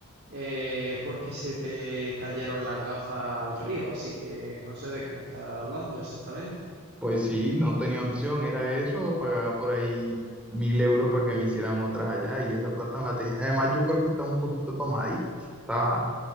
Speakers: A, on the right; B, in the centre.
A: eh, porque se te cayeron las gafas al río, así que no sé de qué me estás hablando exactamente.
B: Pues sí, no tenía opción, era eso, o pagaba por ahí mil euros para que me hicieran otras allá y esa plata no la tenía. Además, yo creo que estaba un poquito tomadito, estaba,